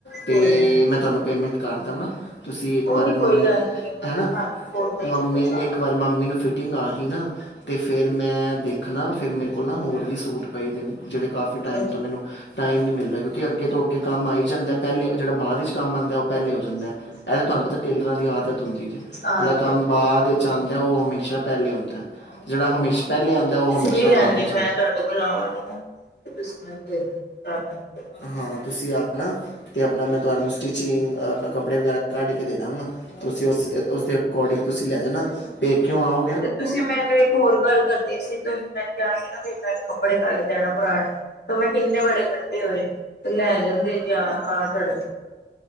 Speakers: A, on the left; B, on the left.
A: ਤੇ
B: ਕੋਈ
A: ਮੈਂ ਤੁਹਾਨੂੰ ਪੇਮੈਂਟ ਕਰ ਦਾਂਗਾ। ਤੁਸੀਂ ਇੱਕ
B: ਉਹਦੀ
A: ਵਾਰ
B: ਕੋਈ
A: ਮੰਮੀ
B: ਗੱਲ ਨੀ ਮਤਲਬ
A: ਐ ਨਾ
B: ਹੱਥ ਬੋਲਣਾ ਹੀ
A: ਮੰਮੀ
B: ਹੁੰਦਾ
A: ਇੱਕ ਵਾਰ ਤੇ ਮੰਮੀ ਨੂੰ ਫਿਟਿੰਗ ਆ ਗਈ ਨਾ ਤੇ ਫਿਰ ਮੈਂ ਦੇਖਣਾ ਫਿਰ ਮੇਰੇ ਕੋਲ ਨਾ ਹੋਰ ਵੀ ਸੂਟ ਪਾਈ ਦੇ ਨੇ ਜਿਹੜੇ ਕਾਫੀ
B: ਸਾਫ਼
A: ਟਾਈਮ ਤੋਂ ਮੈਨੂੰ ਟਾਈਮ ਨਹੀਂ ਮਿਲਦਾ, ਕਿਉਂਕਿ ਅੱਗੇ ਤੋਂ ਅੱਗੇ ਕੰਮ ਆ ਈ ਜਾਂਦਾ। ਪਹਿਲੇ ਜਿਹੜਾ ਬਾਅਦ ਵਿੱਚ ਕੰਮ ਆਂਦਾ ਉਹ ਪਹਿਲੇ ਹੋ ਜਾਂਦਾ, ਇਹ ਤਾਂ ਤੁਹਾਨੂੰ ਪਤਾ ਟੇਲਰਾਂ ਦੀ ਆਦਤ ਜਿਹੜਾ
B: ਆਦਤ
A: ਕੰਮ ਬਾਅਦ ਵਿੱਚ ਆਂਦਾ ਉਹ ਹਮੇਸ਼ਾ ਪਹਿਲੇ ਹੁੰਦਾ, ਜਿਹੜਾ ਹਮੇਸ਼ਾ ਪਹਿਲਾਂ ਆਂਦਾ ਉਹ ਹਮੇਸ਼ਾ
B: ਕੋਈ ਗੱਲ
A: ਬਅਦ
B: ਨੀ
A: ' ਆਦਾ
B: <unintelligible>
A: ਹਾਂ ਤੁਸੀਂ ਆ ਨਾ ਤੇ ਆਪਣਾ ਮੈਂ ਤੁਹਾਨੂੰ ਸਟਿਚਿੰਗ ਕੱਪੜੇ ਵਗੈਰਾ ਕੱਢ ਕੇ ਦੇ ਦਾਂਗਾ। ਤੁਸੀਂ ਉਸ ਉਸਦੇ ਅਕੋਰਡਿੰਗ ਤੁਸੀਂ ਲੈ ਜਾਣਾ ਪੇ ਕਿਉਂ ਆਉ।
B: ਤੇ ਤੁਸੀਂ ਮੈਨੂੰ ਇੱਕ ਹੋਰ ਗੱਲ ਕਰਨੀ ਸੀ ਤੇ ਮੈਨ ਕਿਹਾ ਸੀ ਨਾ ਮ ਕੱਪੜੇ ਕੱਢ ਦੇਣਾ ਪੁਰਾਣੇ ਤੇ ਮੈਂ ਕਿੰਨੇ ਵੜੇ ਕੱ ੇ ਹੋਏ ਤੇ ਲੈ ਜਾਂਦੇ ਜ ਆ ਤੁਹਾਡਾ